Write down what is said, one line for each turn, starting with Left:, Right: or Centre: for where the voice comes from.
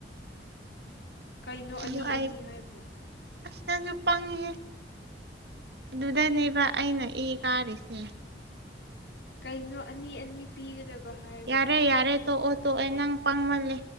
Left: ꯀꯩꯅꯣ ꯑꯅꯤ
Right: ꯑꯗꯨ
Left: ꯑꯅꯤ
Right: ꯑꯩ
Left: ꯍꯥꯏꯕꯣ
Right: ꯑꯁ ꯅꯪꯁꯨ ꯄꯪꯉꯤꯍꯦ ꯑꯗꯨꯗꯅꯦꯕ ꯑꯩꯅ ꯏ ꯀꯥꯔꯤꯁꯦ
Left: ꯀꯩꯅꯣ ꯑꯅꯤ ꯑꯅꯤ ꯄꯤꯒꯗꯕ ꯍꯥꯏ
Right: ꯌꯥꯔꯦ ꯌꯥꯔꯦ ꯇꯣꯛꯑꯣ ꯇꯣꯛꯑꯦ ꯅꯪ ꯄꯥꯡꯃꯜꯂꯦ